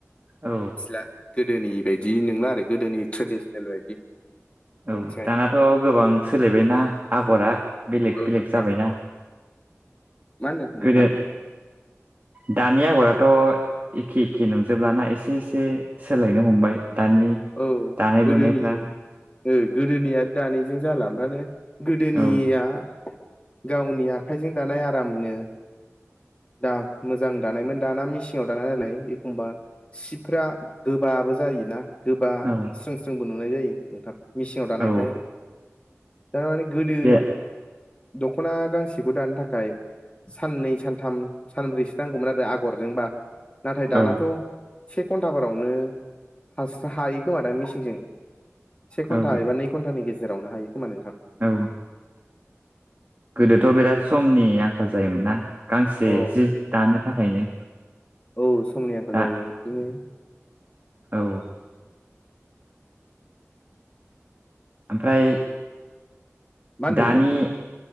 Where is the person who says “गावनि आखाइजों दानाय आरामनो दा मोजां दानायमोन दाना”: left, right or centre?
Left